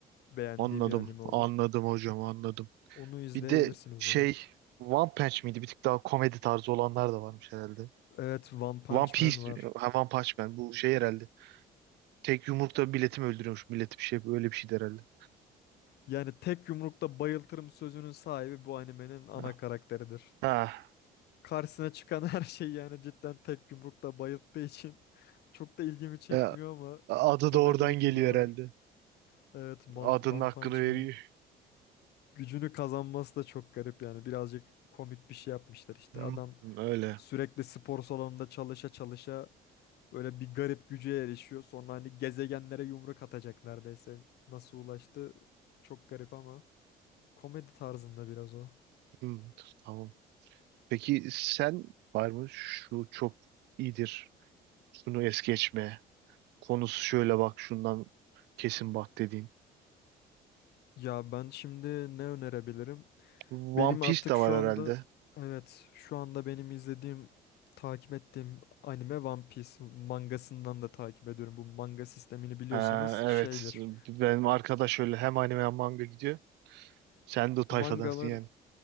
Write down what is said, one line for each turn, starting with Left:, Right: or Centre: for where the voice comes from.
Left: Beğendiği
Right: Anladım.
Left: bir anime olur.
Right: Anladım hocam anladım.
Left: Onu izleyebilirsiniz
Right: Bir de şey
Left: ya.
Right: One Punch miydi? Bir tık daha komedi tarzı olanlar da varmış herhalde.
Left: Evet One Punch
Right: One Piece,
Left: Man var.
Right: ha, One Punch Man bu şey herhalde. Tek yumrukta milleti mi öldürüyormuş? Milleti bir şey böyle bir şeydi herhalde.
Left: Yani tek yumrukta bayıltırım sözünün sahibi bu animenin ana
Right: Ha.
Left: karakteridir.
Right: Ha.
Left: Karşısına çıkan <laughs> her şey yani cidden tek yumrukta bayılttığı için <laughs> çok da ilgimi çekmiyor
Right: Ya,
Left: ama
Right: adı
Left: bir komedilik
Right: da oradan geliyor
Left: yanı var.
Right: herhalde.
Left: Evet, Mon-
Right: Adının
Left: One
Right: hakkını
Left: Punch
Right: veriyor.
Left: Man. Gücünü kazanması da çok garip yani birazcık komik bir şey yapmışlar işte.
Right: Hmm,
Left: Adam
Right: öyle.
Left: sürekli spor salonunda çalışa çalışa böyle bir garip güce erişiyor. Sonra hani gezegenlere yumruk atacak neredeyse. Nasıl ulaştı? Çok garip ama komedi tarzında biraz o.
Right: Hmm, tamam. Peki sen var mı? Şu çok iyidir. Şunu es geçme. Konusu şöyle bak şundan kesin bak dediğin.
Left: Ya ben şimdi ne önerebilirim?
Right: One
Left: Benim
Right: Piece
Left: artık
Right: de
Left: şu
Right: var herhalde.
Left: anda evet şu anda benim izlediğim takip ettiğim anime One Piece mangasından da takip ediyorum. Bu manga sistemini biliyorsanız
Right: Ha, evet.
Left: şeydir.
Right: Benim arkadaş öyle hem anime hem manga gidiyor. Sen de o tayfadansın
Left: Mangalar
Right: yani.